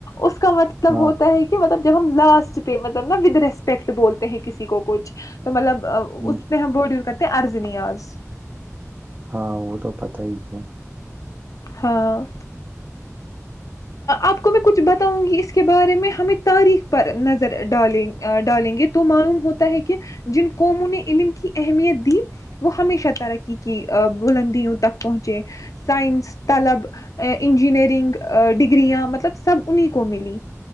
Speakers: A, on the left; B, on the right.
A: اس کا مطلب
B: ہاں
A: ہوتا ہے کہ مطلب جب ہم لاسٹ پہ مطلب نا ودھ ریسپیکٹ بولتے ہیں کسی کو کچھ تو مطلب اس
B: ہ
A: پہ ہم بورڈ یوز کرتے ارزینیاز
B: ہاں وہ تو پتا ہی ہے
A: ہاں آپ کو میں کچھ بتاؤں گی اس کے بارے میں ہمیں تاریخ پر نظر ڈالیں ڈالیں گے تو معلوم ہوتا ہے کہ جن قوموں نے علم کی اہمیت دی وہ ہمیشہ ترقی کی بلندیوں تک پہنچے سائنس طلب انجینئرنگ ڈگریاں مطلب سب انہیں کو ملی